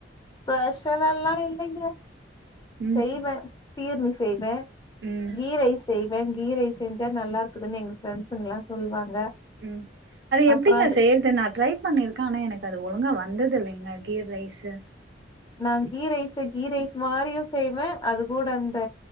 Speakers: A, on the left; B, on the right.
A: ஸ்பெஷலல்லா இல்லங்க
B: ம்
A: செய்வே பீர்னி செய்வே
B: ம்
A: கீ ரைஸ் செய்வே கீ ரைஸ் செஞ்சா நல்லா இருக்குதுன் எங்க ஃப்ரெண்ட்ஸுங்கலா சொல்வாங்க
B: ம் அது எப்டிங்க
A: அப்றோ அது
B: செய்யறது நா ட்ரை பண்ணிருக்கே ஆனா எனக்கு அது ஒழுங்கா வந்தது இல்லைங்க கீ ரைஸு
A: நா கீ ரைஸ கீ ரைஸ் மாரியு செய்வே அது கூட அந்த